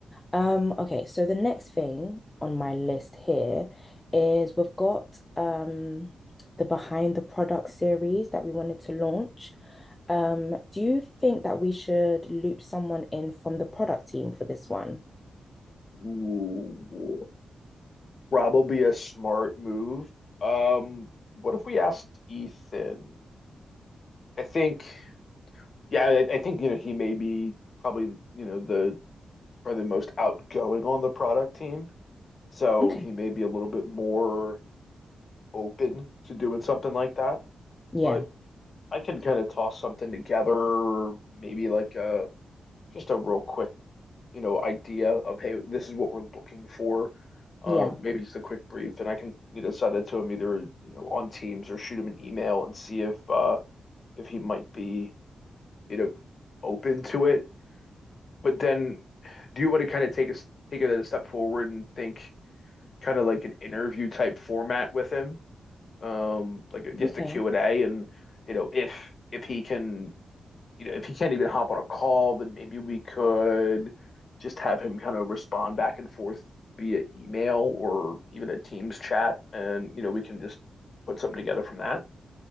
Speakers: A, on the left; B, on the left.
A: Um, okay, so the next thing on my list here is we've got um the Behind the Product series that we wanted to launch. Um, do you think that we should loop someone in from the product team for this one?
B: Ooh, probably a smart move. Um, what if we asked Ethan? I think. yeah, I, I think you know he may be probably you know the probably the most outgoing on the product team, so
A: Okay.
B: he may be a little bit more open to doing something like that.
A: Yeah,
B: But I can kind of toss something together, maybe like a just a real quick you know idea of hey, this is what we're looking for. Uh,
A: yeah.
B: maybe just a quick brief, and I can you know send it to him either you know on Teams or shoot him an email and see if uh, if he might be you know open to it. But then do you want to kind of take a take it a step forward and think kind of like an interview type format with him, um, like just
A: Okay.
B: a Q and A, and you know if if he can, you know, if he can't even hop on a call, then maybe we could just have him kind of respond back and forth via email or even a Teams chat, and you know we can just put something together from that.